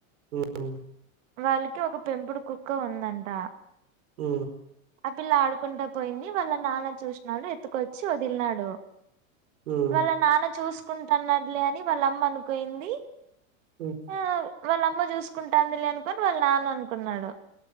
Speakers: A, on the right; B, on the right.
A: మ్
B: వాళ్ళకి ఒక పెంపుడు కుక్క ఉందంట
A: ఆ
B: ఆ పిల్ల ఆడుకుంటూ పోయింది వాళ్ళ నాన్న చూసినాడు ఎత్తుకొచ్చి వదిలినాడు
A: హ్మ్.
B: వాళ్ళ నాన్న చూసుకుంటున్నలే అని వాళ్ళ అమ్మ అనుకోయింది
A: హ్
B: ఆ వాళ్ళ అమ్మ చూసుకుంటాందిలి అనుకుని వాళ్ళ నాన్న అనుకున్నాడు